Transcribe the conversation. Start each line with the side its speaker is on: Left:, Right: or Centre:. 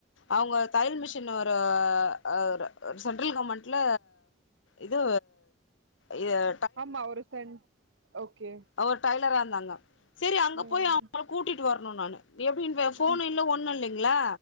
Left: அவங்க தையல் மெஷின் ஆ அவுரு சென்ட்ரல் கவர்மெண்ட்ல இது இயர்
Right: ஆமா அவரு சென் ஓகே
Left: அவரு டைலரா இருந்தாங்க சரி அங்க
Right: ம்
Left: போயி அவங்கள கூட்டிட்டு வரணு நானு எப்டின்ப ஃபோனு
Right: ம்
Left: இல்ல ஒண்ணு இல்லிங்க்ளா